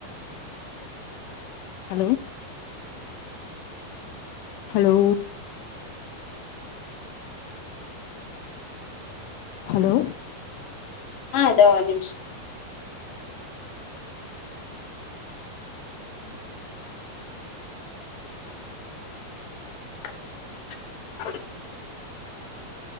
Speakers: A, on the left (about 85°); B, on the left (about 65°).
A: இல்ல ஹலோ ஹலோ ஹலோ
B: ஆ தா ஓன் நிம்ஷோ ம் <inaudible>